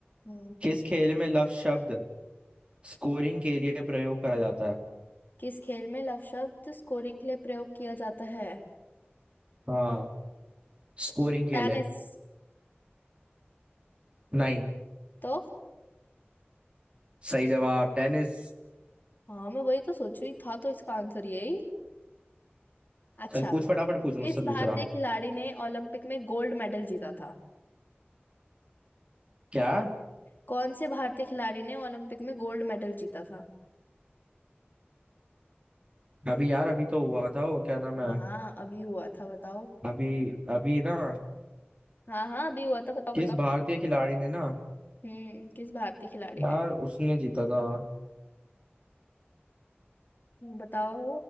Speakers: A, on the left; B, on the right.
A: हम्म,
B: किस
A: कि-
B: खेल में लव शब्द स्कोरिंग के लिए प्रयोग करा जाता है
A: किस खेल में लव शब्द स्कोरिंग के लिए प्रयोग किया जाता है
B: हाँ स्कोरिंग के
A: टेनिस
B: लिए नहीं
A: तो
B: सही जवाब टेनिस
A: हाँ मैं वही तो सोचू ही था तो इसका आंसर यही अच्छा
B: चल पूछ फटाफट पूछ मुझसे
A: किस भारतीय
B: दूसरा
A: खिलाड़ी ने ओलंपिक में गोल्ड मेडल जीता था
B: क्या
A: कौन से भारतीय खिलाड़ी ने ओलंपिक में गोल्ड मेडल जीता था
B: अभी यार अभी तो हुआ था वो क्या नाम है
A: हाँ हाँ अभी हुआ था बताओ
B: अभी अभी ना
A: हाँ हाँ अभी हुआ था बताओ बताओ
B: किस भारतीय खिलाड़ी ने ना
A: हम्म किस भारतीय खिलाड़ी
B: यार
A: ने
B: उसने जीता था
A: बताओ